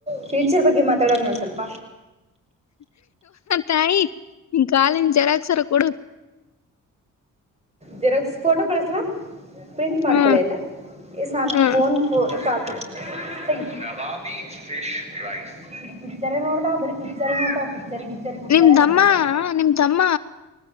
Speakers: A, on the right; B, on the left.
A: ಫ್ಯೂಚರ್ ಬಗ್ಗೆ ಮಾತಾಡೋಣೋಡ ಸ್ವಲ್ಪ
B: ತಾಯಿ ಗಾಲಿನ ಜರಕ್ಸರ ಕೊಡ
A: ಜೆರಾಕ್ಸ್ ಫೋಟೋ ಕಳಿಸಲ ಪ್ರಿಂಟ್ ಮಾಡ್ಕೊಳ್ಳಯ್ತ
B: ಹಾ
A: ಈ ಸ ನ
B: ಹಾ
A: ಫೋನ್ ಫ ಕಾಲ್ ಕೊಡ್ ನವಾಬಿ ಫಿಶ್ ರೈಸ್ ಪಿಚರ್ೇ ನೋಡ್ತಾವ ಬಾರಿ ಪಿಚರ್ೇ ನೋಡ್ತ ಪಿಕ್ಚರ್ ಗಿಚ್ಚರಿ ಗುಟ್ಟಾಳೆ
B: ನಿಮ್ದಮ್ಮ
A: ಎಂಬಾಡ
B: ನಿಮ್ದಮ್ಮ